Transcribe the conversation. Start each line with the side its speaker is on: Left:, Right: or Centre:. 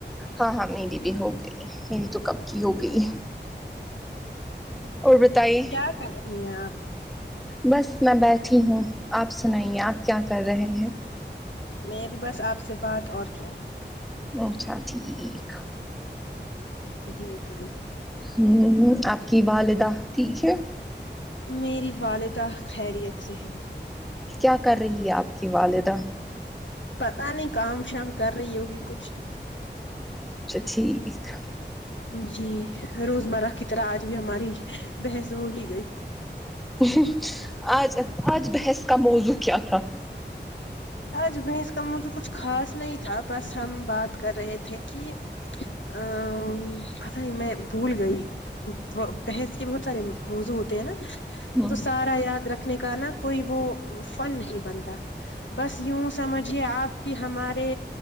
Centre: ہاں ہاں میری بھی ہو گئی میری تو کب کی ہو گئی اور بتائی
Left: کیا کر رہی ہیں آپ
Centre: بس میں بیٹھی ہوں آپ سنائیے آپ کیا کر رہے ہیں
Left: میں ابھی بس آپ سے بات اور کیا
Centre: اچھا ٹھیک
Left: جی جی
Centre: ہوں آپ کی والدہ ٹھیک ہے
Left: میری والدہ خیریت سے ہے
Centre: کیا کر رہی ہے آپ کی والدہ
Left: پتا نہیں کام شام کر رہی ہوگی کچھ
Centre: اچھا ٹھیک اسکا
Left: جی روزمرہ کی طرح آج بھی ہماری بحث ہو ہی گئی
Centre: ہ آج آج بحث کا موضوع کیا تھا
Left: آج بحث کا موضوع کچھ خاص نہیں تھا بس ہم بات کر رہے تھے کی ا پتہ نہیں میں بھول گئی ب بحث کے بہت سارے م موضوع ہوتے ہیں نا
Centre: ہ
Left: تو سارا یاد رکھنے کا نا کوئی وہ فن نہیں بنتا بس یوں سمجھیے آپ کہ ہمارے